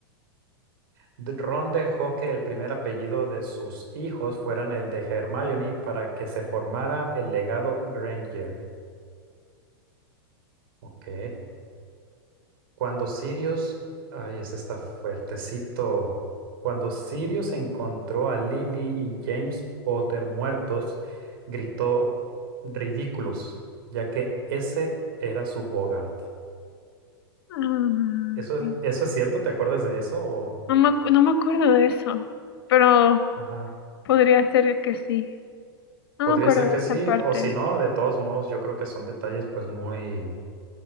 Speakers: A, on the right; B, on the left.
A: D- Ron dejó que el primer apellido de sus hijos fueran el de Hermione para que se formara el legado Granger. Ok. Cuando Sirius, ay, ese está fuertecito. Cuando Sirius encontró a Lily y James Potter muertos, gritó ridículos, ya que ese era su Bogart.
B: Ay.
A: ¿Eso, es- eso es cierto? ¿Te acuerdas de eso? O-
B: No me, acu- no me acuerdo de eso, pero
A: Ajá.
B: podría ser que sí. No
A: Podría
B: me acuerdo
A: ser
B: de
A: que
B: esa
A: sí,
B: parte.
A: o si no, de todos modos, yo creo que son detalles pues muy